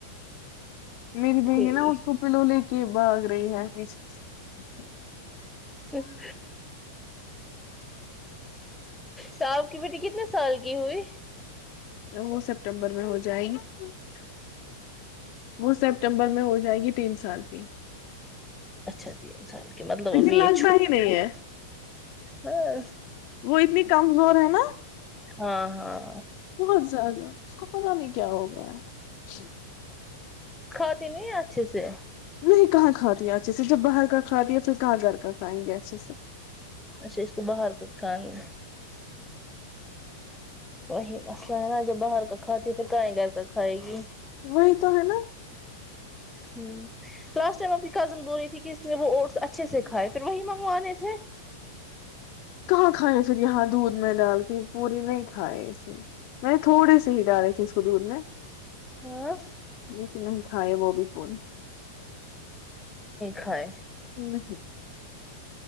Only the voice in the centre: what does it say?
ٹھیک
ہ <unintelligible> تو آپ کی بیٹی کتنے سال کی ہوئی <unintelligible>
اچھا تین سال کے مطلب
ابھی
یہ چھوڑ
ہاں <unintelligible>
ہاں ہاں
کھاتی نہیں اچھے سے
اچھا اس کو باہر کا کھانا وہی مسئلہ ہے نا جب باہر کا کھاتی ہے پھر کہیں گھر کا کھائے گی
ہ لاسٹ ٹائم آ کی کزن بول رہی تھی کہ اس نے وہ او اچھے سے کھائے پھر وہی منگوانے تھے
ہاں
کائے